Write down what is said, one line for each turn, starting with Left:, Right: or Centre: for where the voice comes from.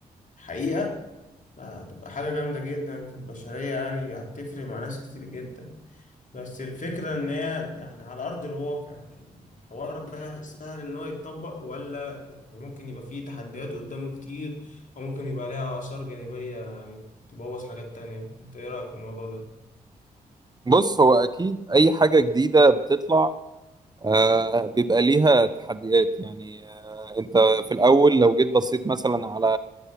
Left: حقيقة هتبقى حاجة جامدة جدا في البشرية يعني هتفرق مع ناس كتير جدا بس الفكرة إن هي يعني على أرض الواقع الحوار ده سهل إن هو يتطبق ولا يعني ممكن يبقى فيه تحديات قدامه كتير أو ممكن يبقى ليها آثار جانبية يعني تبوظ حاجات تانية أنت إيه رأيك في الموضوع ده؟
Right: بص هو اكيد اي حاجة جديدة بتطلع آه بيبقى ليها تحديات يعني آه انت في الاول لو جيت بصيت مثلا على